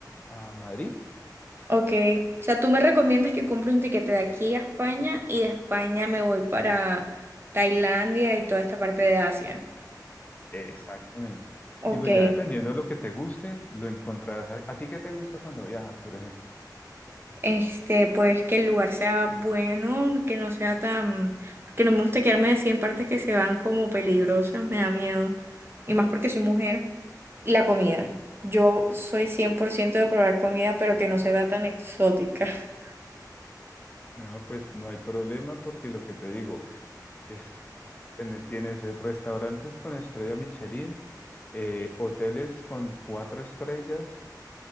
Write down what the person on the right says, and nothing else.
ok. O sea, tú me recomiendas que compre un tiquete de aquí a España y de España me voy para Tailandia y toda esta parte de Asia.
Ok,
este, pues que el lugar sea bueno, que no sea tan... Porque no me gusta quedarme así en partes que se van como peligrosas, me da miedo. Y más porque soy mujer. Y la comida. Yo soy 100% de probar comida, pero que no se vea tan exótica. <laughs>